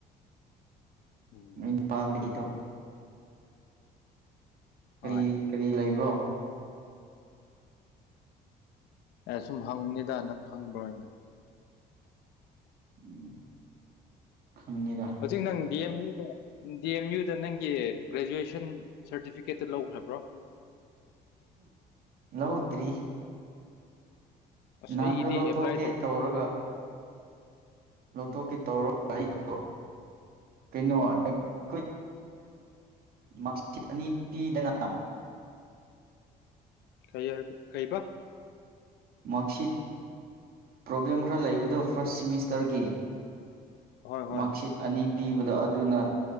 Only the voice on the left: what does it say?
ꯎꯝ
ꯍꯣꯏ
ꯑꯦ ꯁꯨꯝ ꯍꯪꯕꯅꯤꯗ ꯅꯪ ꯈꯪꯕ꯭ꯔꯣꯅ꯫
ꯍꯧꯖꯤꯛ ꯅꯪ ꯗꯤ ꯑꯦꯝ ꯌꯨꯗ ꯗꯤ ꯑꯦꯝ ꯌꯨꯗ ꯅꯪꯒꯤ ꯒ꯭ꯔꯦꯖꯨꯋꯦꯁꯟ ꯁꯥꯔꯇꯤꯐꯤꯀꯦꯠꯇ ꯂꯧꯈ꯭ꯔꯕ꯭ꯔꯣ?
ꯑꯁ
ꯑꯩꯒꯤꯗꯤ
ꯑꯦꯄ꯭ꯂꯥꯏ ꯇꯧꯈ꯭ꯔꯦ
ꯎꯝ
ꯀꯩ ꯍꯥꯏ ꯀꯩꯕ?
ꯍꯣꯏ ꯍꯣꯏ